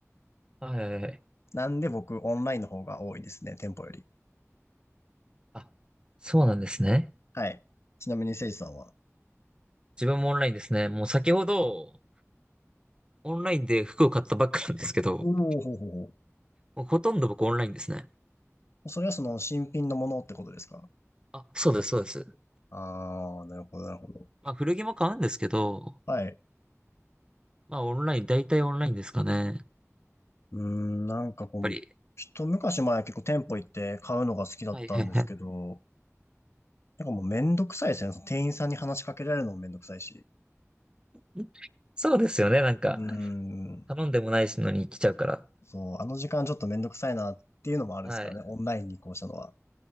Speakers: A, on the right; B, on the left.
A: はいはいはい。
B: なんで僕、オンラインの方が多いですね、店舗より。
A: あ、そうなんですね。
B: はい。ちなみに、せいじさんは。
A: 自分もオンラインですね。もう先ほど、オンラインで服を買ったばっかなんですけど、
B: おお、ほうほうほ
A: もうほとんど僕オンラインですね。
B: う。それはその、新品のものってことですか
A: あ、そうですそうです。
B: ああー、なるほど、なるほど。
A: まあ古着も買うんですけど、
B: はい。
A: まあ、オンライン、大体オンラインですかね。やっ
B: うーん、なんかこう、
A: ぱり。
B: 一昔前は結構店舗行って買うのが好きだったんですけど、
A: はいはいは
B: なんかもうめんどくさいですね。その店員さんに話しかけられるのもめんどくさいし。
A: い。そうですよね。なんか、
B: うーん、
A: 頼んでもないのに来ちゃうから。
B: そう、あの時間ちょっとめんどくさいなっていうのもあるんですからね。
A: はい。
B: オンラインに移行したのは。